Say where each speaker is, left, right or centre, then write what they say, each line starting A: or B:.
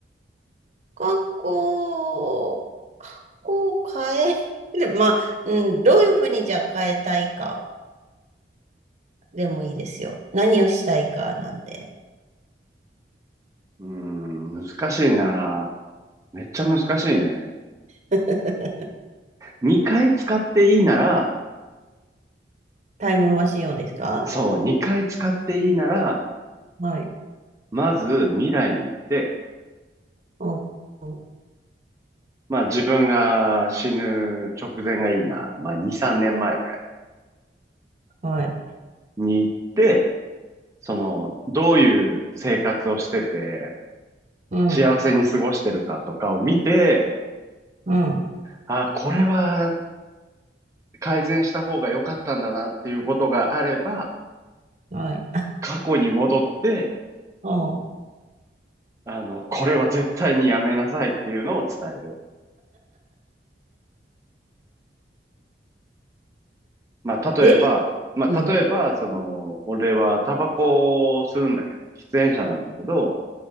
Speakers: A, on the right; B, on the right.
A: 学校、学校を変える、<laughs> まあ、うん、どういうふうにじゃあ変えたいかでもいいですよ。何をしたいかなんで。
B: うーん、難しいな。めっちゃ難しいね。
A: <laughs>
B: 2回使っていいなら、
A: タイムマシンをですか
B: そう、2回使っていいなら、
A: はい。
B: まず未来に行って、
A: うん、うん
B: まあ自分が死ぬ直前がいいな。まあ2、3年前ぐらい
A: はい。
B: に行って、その、どういう生活をしてて、
A: うん、
B: 幸せに過ごしてるかとかを見て、
A: うん、
B: あ、これは改善した方が良かったんだなっていうことがあれば、
A: はい。
B: 過去に戻って、
A: うん。
B: あの、これは絶対にやめなさいっていうのを伝える。まあ、例えば、
A: で、
B: まあ、
A: うん、
B: 例えば、その、俺はタバコを吸うんだけど、喫煙者なんだけど、